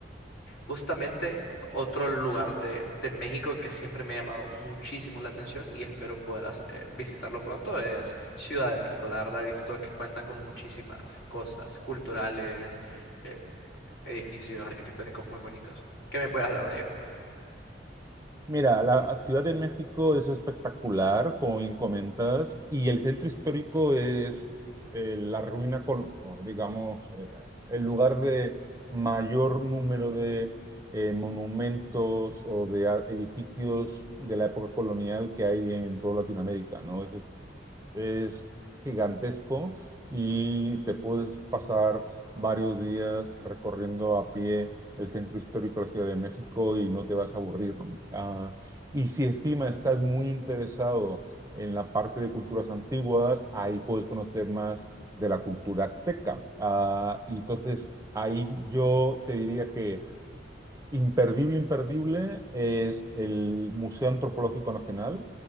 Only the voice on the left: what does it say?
Justamente otro lugar de, de México que siempre me ha llamado muchísimo la atención y espero poder hac- eh, visitarlo pronto es Ciudad de México. La verdad he visto que cuentan con muchísimas cosas culturales, eh, edificios arquitectónicos muy bonitos. ¿Qué me puedes hablar de ello?